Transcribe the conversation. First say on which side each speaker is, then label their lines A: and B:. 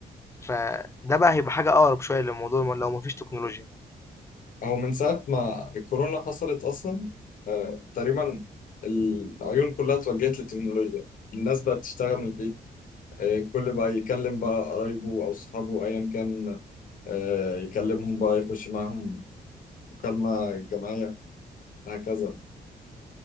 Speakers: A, on the left; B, on the left.
A: فده بقى هيبقى حاجة اقرب شوية للموضوع لو مفيش تكنولوجيا
B: هو من ساعة ما الكورونا حصلت أصلا آه تقريبا العيون كلها اتوجهت للتكنولوجيا الناس بقت تشتغل من البيت آه كل بقى يكلم بقى قرايبه أو صحابه أيا كان آه يكلمهم بقى يخش معاهم مكالمة جماعية هكذا